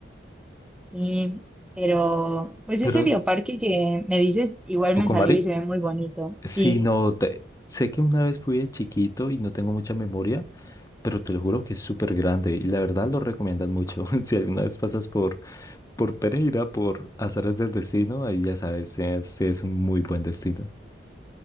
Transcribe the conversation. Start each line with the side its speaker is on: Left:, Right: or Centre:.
Centre: Sí, pero pues
Left: Pero,
Centre: ese bioparque que me dices, igual
Left: Tucumari,
Centre: me salió y se ve muy bonito.
Left: sí,
Centre: Sí,
Left: no, te- sé que una vez fui de chiquito y no tengo mucha memoria, pero te lo juro que es súper grande y la verdad lo recomiendan mucho. <laughs> Si alguna vez pasas por, por Pereira, por Azares del Destino, ahí ya sabes, sí es, sí es un muy buen destino.